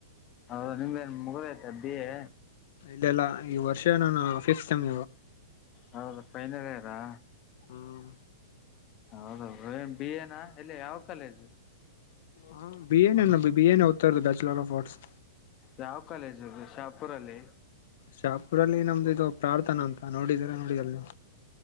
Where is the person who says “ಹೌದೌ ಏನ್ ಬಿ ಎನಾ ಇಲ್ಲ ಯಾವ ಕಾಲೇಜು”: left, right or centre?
Left